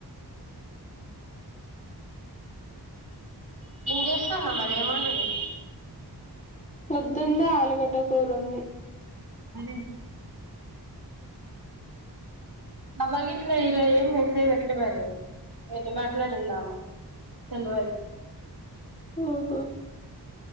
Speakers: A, on the right; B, on the left.
A: లిషన్న మరేమౌంటడి
B: పొద్దుంది ఆలుగడ్డ పూరుంది
A: అ అబగ ఇట్లా ఈరోజు ఏమి మెసే్ పెట్లే మరి ఎళ మాట్లాడిందామ తెలవాల
B: ఆఓహా